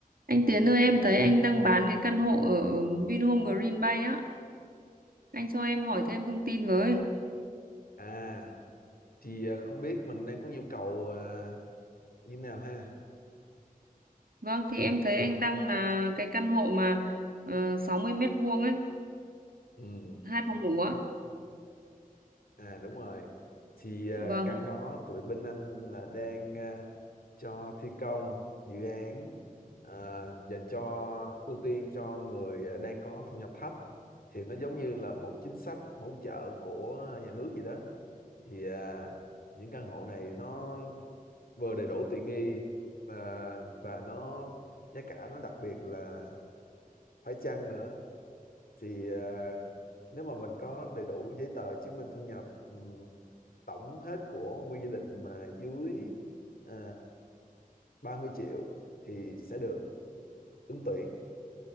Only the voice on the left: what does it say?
À, thì à, không biết mình đang có nhu cầu à, như thế nào ha.
Ừ,
à đúng rồi. Thì à,
căn đó tụi bên anh là đang à, cho thi công dự án à, dành cho ưu tiên cho người à, đang có thu nhập thấp. Thì nó giống như là một chính sách hỗ trợ của nhà nước gì đó. Thì à, những căn hộ này nó vừa đầy đủ tiện nghi à, và nó giá cả nó đặc biệt là phải chăng nữa thì à, nếu mà mình có đầy đủ giấy tờ chứng minh thu nhập ừm, tổng hết của quy gia đình mà dưới à, 30 triệu thì sẽ được ứng tuyển